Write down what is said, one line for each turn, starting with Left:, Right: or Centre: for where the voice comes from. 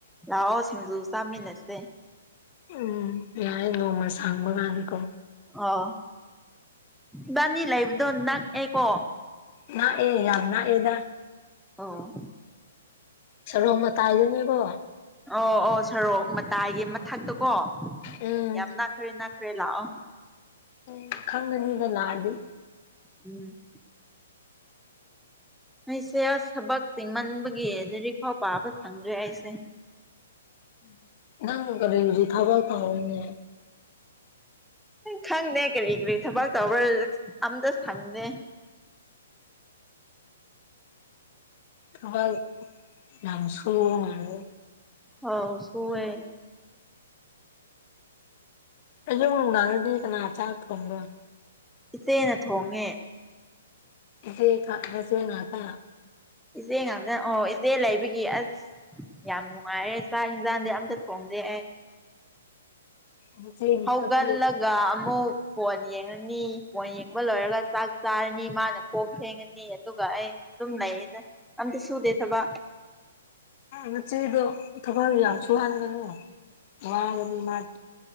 Centre: ꯂꯥꯛꯑꯣ ꯁꯤꯡꯖꯨ ꯆꯥꯃꯤꯟꯅꯁꯦ
Left: ꯎꯝ ꯌꯥꯢ ꯅꯣꯡꯃ ꯁꯪꯕꯒꯥꯟꯀꯣ
Centre: ꯑꯣ ꯏꯕꯥꯅꯤ ꯂꯩꯕꯗꯣ ꯅꯛꯑꯦꯀꯣ
Left: ꯅꯛꯑꯦ ꯌꯥꯝ ꯅꯛꯑꯦꯗ
Centre: ꯑꯣ
Left: ꯁꯔꯣꯛ ꯃꯇꯥꯏꯗꯅꯤꯀꯣ
Centre: ꯑꯣ ꯑꯣ ꯁꯔꯣꯛ ꯃꯇꯥꯏꯒꯤ ꯃꯊꯛꯇꯀꯣ
Left: ꯎꯝ
Centre: ꯌꯥꯝ ꯅꯛꯈ꯭ꯔꯦ ꯅꯛꯈ꯭ꯔꯦ ꯂꯥꯛꯑꯣ
Left: ꯎꯝ ꯈꯪꯒꯅꯤꯗ ꯂꯥꯛꯑꯗꯤ
Centre: ꯎꯝ ꯑꯩꯁꯦ ꯑꯁ ꯊꯕꯛ ꯆꯤꯡꯃꯟꯕꯒꯤ ꯂꯔꯤꯛꯐꯥꯎ ꯄꯥꯕ ꯁꯪꯗ꯭ꯔꯦ ꯑꯩꯁꯦ
Left: <unintelligible> ꯅꯪ ꯀꯔꯤꯖꯤ ꯊꯥꯕꯛ ꯇꯧꯋꯦꯅꯦ
Centre: ꯈꯪꯗꯦ ꯀꯔꯤ ꯀ꯭ꯔꯤ ꯊꯕꯛ ꯇꯧꯕ꯭ꯔꯥ ꯑꯝꯇ ꯁꯪꯗꯦ
Left: ꯊꯕꯛ ꯌꯥꯝ ꯁꯨꯕ ꯃꯥꯜꯂꯦ
Centre: ꯑꯧ ꯁꯨꯋꯦ
Left: ꯑꯗꫭ ꯅꯨꯡꯗꯥꯡꯗꯗꯤ ꯀꯅꯥ ꯆꯥꯛ ꯊꫭꯡꯕꯔ
Centre: ꯏꯆꯦꯅ ꯊꯣꯡꯉꯦ
Left: <unintelligible> ꯉꯥꯛꯇ
Centre: ꯏꯆꯦ ꯉꯥꯛꯇ ꯑꯣ ꯏꯆꯦ ꯂꯩꯕꯒꯤ ꯑꯁ ꯌꯥꯝ ꯅꯨꯡꯉꯥꯏꯌꯦꯦ ꯆꯥꯛ ꯌꯦꯟꯁꯥꯡꯗꯤ ꯑꯝꯇ ꯊꯣꯡꯗꯦ ꯑꯩ
Left: ꯅꯆꯦ
Centre: ꯍꯧꯒꯂꯛ
Left: ꯈꯣꯠꯇꯦ
Centre: ꯑꯗꯨꯒ ꯑꯃꯨꯛ ꯐꯣꯟ ꯌꯦꯡꯉꯅꯤ ꯐꯣꯟ ꯌꯦꯡꯕ ꯂꯣꯏꯔꯒ ꯆꯥꯛ ꯆꯥꯔꯅꯤ ꯃꯥꯅ ꯀꯣꯟ ꯐꯦꯡꯉꯅꯤ ꯑꯗꯨꯒ ꯑꯩ ꯑꯗꯨꯝ ꯂꯩꯌꯦꯗ ꯑꯝꯇ ꯁꯨꯗꯦ ꯊꯕꯛ
Left: ꯅꯆꯦꯗꯣ ꯊꯕꯛ ꯌꯥꯝ ꯁꯨꯍꯟꯒꯅꯨ ꯋꯥꯒꯅꯤ ꯃꯥ